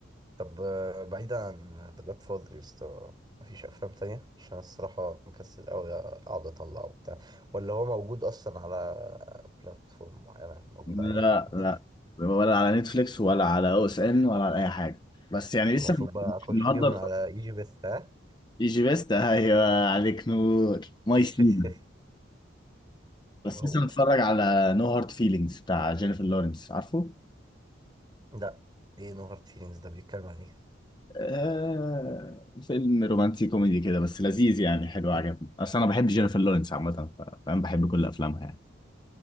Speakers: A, on the right (about 20°); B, on the left (about 20°).
A: طب آه، بعيدا عن ذا جاد فاذر يا اسطى مفيش افلام تانية عشان أنا الصراحه مكسل قوي اقعد اطلعه وبتاع ولا هو موجود اصلا على بلاتفورم معينه موجود
B: لا
A: على
B: لا
A: نت
B: ولا على نتفليكس ولا على او اس ان ولا على اي حاجه بس يعني لسه
A: المفروض بقى اخش
B: النهارده
A: اجيبه من على ايجي بيست ها
B: ايجي بيست <laughs> ايوه عليك نور ماي
A: <laughs>
B: سيما بس
A: هو
B: لسه متفرج على نو هارت فيلينجز بتاع جينيفر لورنس عارفه
A: لا ايه نو هارد فيلينجز ده بيتكلم عن ايه
B: آه فيلم رومانسي كوميدي كده بس لذيذ يعني حلو عجبني اصل انا بحب جينيفر لورنس عامه ف- فاهم بحب كل افلامها يعني